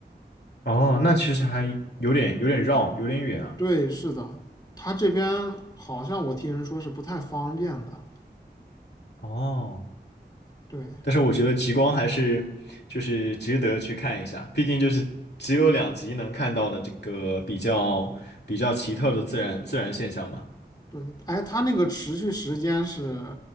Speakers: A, on the left (about 70°); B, on the left (about 20°).
A: 哦，那其实还有点有点绕，有点远啊。
B: 对，是的，他这边好像我听人说是不太方便的。
A: 哦。
B: 对
A: 但是我觉得极光还是就是值得去看一下，毕竟就是只有两极能看到的这个比较比较奇特的自然自然现象嘛。
B: 对，哎，他那个持续时间是